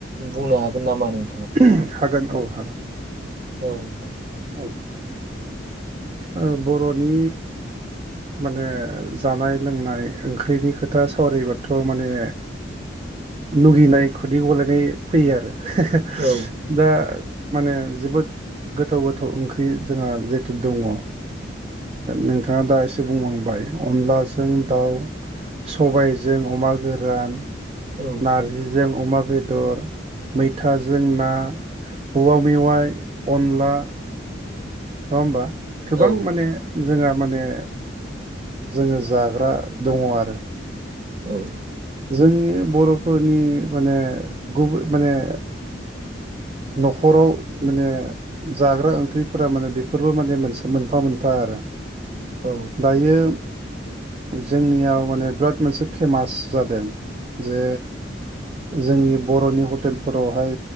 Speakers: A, on the right; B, on the right.
A: बुंनो हागोन नामा नों?
B: ओम हागोन औ हागोन।
A: औ दे।
B: औ ओ बर'नि माने जानाय लोंनाय ओंख्रिनि खोथा सावरबाथ' माने लुगैनाय खुदै गलायनाय फैयो आरो हे हे
A: औ
B: दा माने जोबोद गोथाव गोथाव ओंख्रि जोंहा जिहेतु दङ जोङो नोंथाङा दा एसे बुंलांबाय अनलाजों दाउ सबायजों अमा गोरान
A: औ
B: नारजिजों अमा बेदर मैथाजों ना औवा मेवाइ अनला नङा होमबा गोबां
A: औ
B: माने जोंहा माने जोङो जाग्रा दङ आरो
A: औ
B: जोंनि बर'फोरनि माने गुबुन माने न'खराव माने जाग्रा ओंख्रिफोरा माने बेफोरबो माने मोनसे मोनफा मोनफा आरो
A: औ
B: दायो जोंनियाव माने बिराद मोनसे फेमास जादों जे जोंनि बर'नि हटेलफोरावहाय